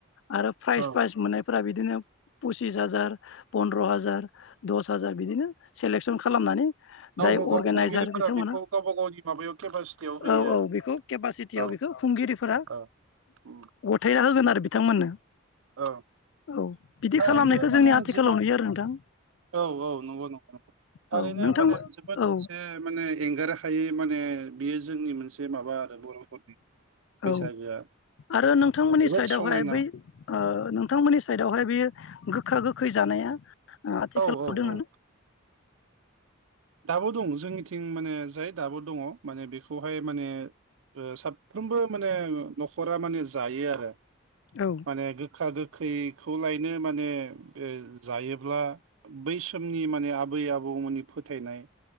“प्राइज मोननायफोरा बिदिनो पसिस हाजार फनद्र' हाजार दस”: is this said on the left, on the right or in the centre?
Left